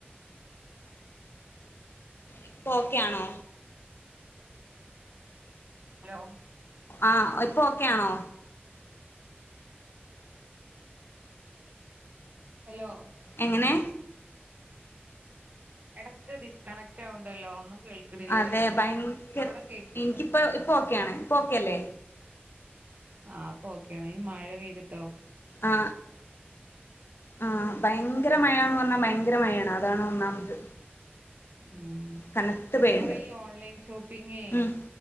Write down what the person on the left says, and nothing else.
ഇപ്പൊ ഓക്കെയാണോ?
ആഹ ഇപ്പ ഒക്കെയാണോ?
എങ്ങനെ?
അതെ
ഭയങ്കര
എനിക്കിപ്പ ഇപ്പൊ ഓക്കെയാണ് ഇപ്പൊ ഓക്കെല്ലേ?
ആ ആ ഭയങ്കര മഴാന്ന് പറഞ്ഞാ ഭയങ്കര മഴയാണ് അതാണ് ഒന്നാമത്.
കനത്ത് പെയ്യ്ണ്ട്
ഉം